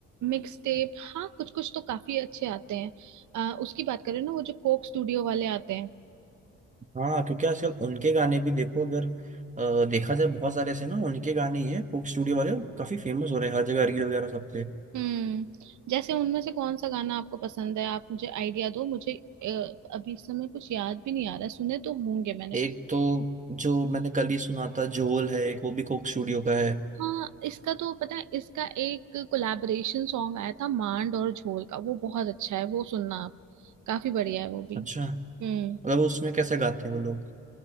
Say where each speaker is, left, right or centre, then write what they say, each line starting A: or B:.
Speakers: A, on the right; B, on the right.
A: मिक्स टेप हाँ कुछ कुछ तो काफी अच्छे आते हैं अ, उसकी बात करें ना वो जो कोक स्टूडियो वाले आते हैं
B: हाँ क्योंकि आजकल उनके गाने भी देखो अगर अ, देखा जाए बहुत सारे ऐसे ना उनके गाने ही हैं कोक स्टूडियो वाले काफी फेमस हो रहे हैं हर जगह रील वगैरह सब पे
A: हम्म जैसे उनमें से कौन सा गाना आपको पसंद है आप मुझे आइडिया दो मुझे अ, अभी इस समय कुछ याद भी नहीं आ रहा सुने तो होंगे मैंने
B: एक तो जो मैंने कल ही सुना था झोल है एक वो भी कोक स्टूडियो का है
A: हाँ इसका तो पता है इसका एक कोलैबोरेशन सॉन्ग आया था मांड और झोल का वो बहुत अच्छा है वो सुनना आप काफी बढ़िया है वो भी
B: अच्छा
A: हम्म
B: मतलब उसमें कैसे गाते हैं वो लोग